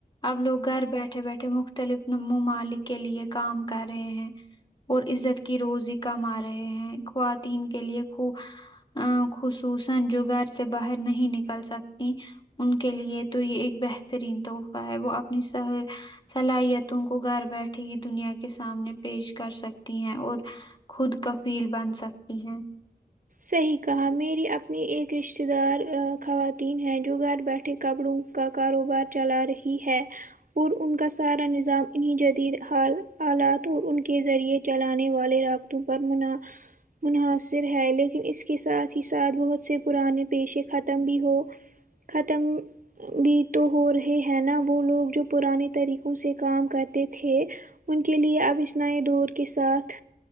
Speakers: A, on the left; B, on the right.
A: اب لوگ گھر بیٹھے بیٹھے مختلف ممالک کے لیے کام کر رہے ہیں اور عزت کی روزی کما رہے ہیں خواتین کے لیے خو ا خصوصا جو گھر سے باہر نہیں نکل سکتی ان کے لیے تو یہ ایک بہترین تحفہ ہے وہ اپنی صلاحیتوں کو گھر بیٹھے ہی دنیا کے سامنے پیش کر سکتی ہیں اور خود کفیل بن سکتی ہیں
B: صحیح کہا میری اممی ایک رشتہ دار خواتین ہیں جو گھر بیٹھے کپڑوں کا کاروبار چلا رہی ہے اور ان کا سارا نظام انہیں جدید حال حالات اور ان کے ذریعے چلانے والے رابط پر منحصر ہے لیکن اس کے ساتھ ہی ساتھ بہت سے پرانے پیشے ختم بھی ہو ختم بھی تو ہو رہے ہیں نا وہ لوگ جو پرانے طریقوں سے کام کرتے تھے ان کے لیے اب اس نئے دور کے ساتھ